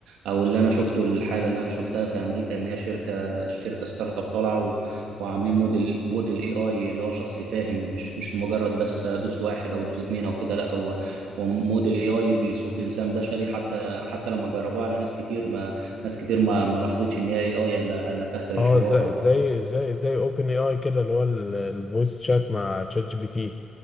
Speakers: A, on the right; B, on the left.
A: او اللي انا شفته الحاله اللي انا شفتها في امريكا ان هي شركه الشركه ستارت اب طالعه و... وعاملين موديل موديل اي اي اللي هو شخص فاهم مش مش مجرد بس دوس واحد او دوس اتنين او كده لا هو هو موديل اي اي بصوت انسان بشري حتى حتى لما جربوه على ناس كتير ما ناس كتير ما ما لاحظتش ان هي اي اي الا إلا في اخر
B: اه
A: الحوار
B: زي
A: او
B: زي زي زي اوبن اي اي كده اللي هو الفويس شات مع تشات جي بي تي